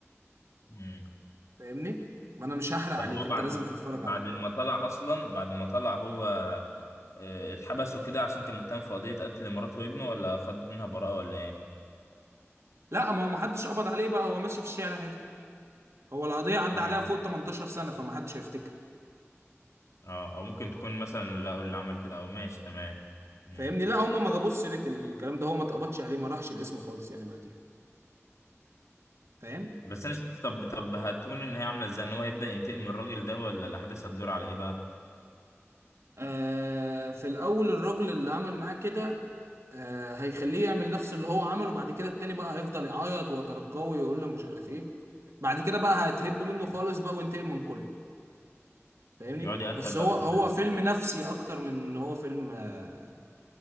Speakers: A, on the left; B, on the right.
A: امم
B: فاهمني؟ ما انا مش هحرق
A: طب
B: عليك
A: هو بعد
B: انت لازم تتفرج
A: بعد
B: عليه
A: ما طلع اصلا بعد ما طلع هو آه، اتحبس وكده عشان كان متهم في قضية قتل مراته وابنه ولا خد منها براءة ولا ايه
B: لا ما هو محدش قبض عليه بقى هو ماشي في الشارع عادي هو القضية عدى
A: ايوه
B: عليها فوق 18 سنة فمحدش هيفتكر
A: اه او ممكن تكون مثلا لقوا اللي عمل كده او ماشي تمام امم
B: فاهمني؟ لا هم ما جابوش سيرة الكلام ده هو ما اتقبضش عليه ما راحش الاسم خالص يعني بعديها فاهم؟
A: بس انا شفت طب طب هتكون ان هي عامله ازاي ان هو هيبدأ ينتقم من الراجل ده ولا الاحداث هتدور على ايه بقى
B: آه في الاول الراجل اللي عمل معاه كده آه هيخليه يعمل نفس اللي هو عمله بعد كده التاني بقى هيفضل يعيط ويترجوه ويقول له مش عارف ايه بعد كده بقى هتهب منه خالص بقى وينتقم من كله فاهمني
A: يقعد يقتل
B: بس
A: بقى
B: هو هو
A: في الناس
B: فيلم نفسي اكتر من ان هو فيلم آه